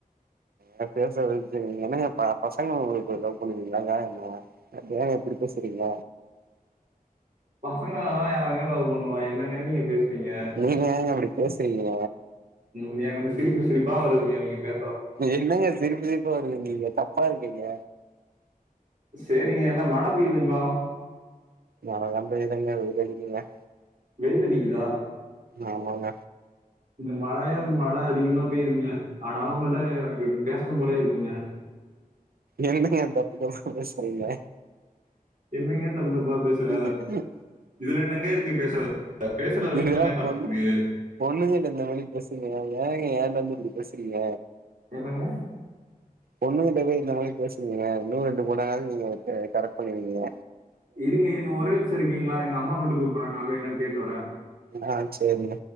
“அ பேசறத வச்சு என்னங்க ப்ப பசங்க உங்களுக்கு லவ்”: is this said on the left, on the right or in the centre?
Right